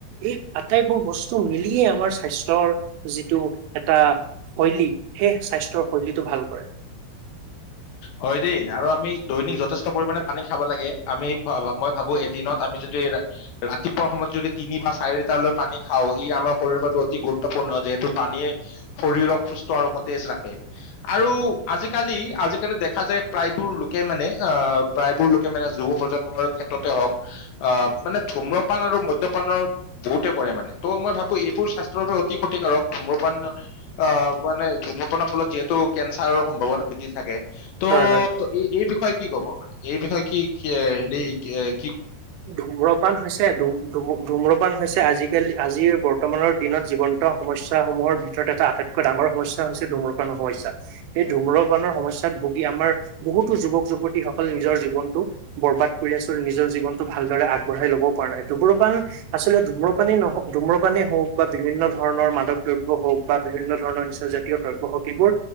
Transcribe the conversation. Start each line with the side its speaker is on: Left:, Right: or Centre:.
Right: এই টাইপৰ বস্তু মিলিয়েই আমাৰ স্বাস্থ্যৰ যিটো এটা শৈলী, সেই স্বাস্থ্যৰ শৈলীটো ভাল কৰে
Left: হয় দেই আৰু আমি দৈনিক যথেষ্ট পৰিমণে পানী খাব লাগে, আমি মই ভাবো এদিনত আমি যদি ৰাতিপুৱাৰ সময়ত যদি তিনি বা চাৰি লিটাৰলৈ পানী খাওঁ ই আমাৰ শৰীৰৰ বাবে অতি গুৰুত্বপূৰ্ণ যিহেতু পানীয়ে শৰীৰক সুস্থ আৰু সতেজ ৰাখে। আৰু আজিকালি আজি কালি দেখা যায় প্ৰায়বোৰ লোকে মানে অহ', প্ৰায়বোৰ লোকে মানে যুৱ প্ৰজন্মৰ ক্ষেত্ৰতে হওঁক, আহ', মানে ধূম্ৰপান আৰু মদ্যপানৰ বহুতে কৰে মানে। ত' মই ভাবো এইবোৰ স্বাস্থ্যৰ বাবে অতি ক্ষতিকাৰক ধূম্ৰপান, অহ', মানে ধূম্ৰপানৰ ফলত যিহেতু কেঞ্চাৰৰ সম্ভাৱনা বৃদ্ধি থাকে ত'
Right: হয় হয়
Left: এই বিষয়ে কি ক'ব মানে? এই বিষয়ে কি, কি হেৰি এ
Right: ধূম্ৰপান হৈছে, ধ ধু ধূম্ৰপান হৈছে আজিকালি আজিৰ বৰ্তমানৰ দিনত জীৱন্ত সমস্যাসমূহৰ ভিতৰত এটা আটাইতকৈ ডাঙৰ সমস্যা হৈছে ধূম্ৰপানৰ সমস্যা, সেই ধূম্ৰপানৰ সমস্যাত ভুগি আমাৰ বহুতো যুৱক- যুৱতীসকলে নিজৰ জীৱনতটো বৰ্বাদ কৰি আছো আৰু নিজৰ জীৱন ভালদৰে আগবঢ়াই ল'ব পৰা নাই, ধুম্ৰপান আচলতে ধুম্ৰপানেই নহওক ধূম্ৰপানেই হওঁক বা বিভিন্ন ধৰণৰ মাদক দ্ৰব্য হওঁক বা বিভিন্ন ধৰণৰ নিচা জাতীয় দ্ৰব্য হওঁক এইবোৰ,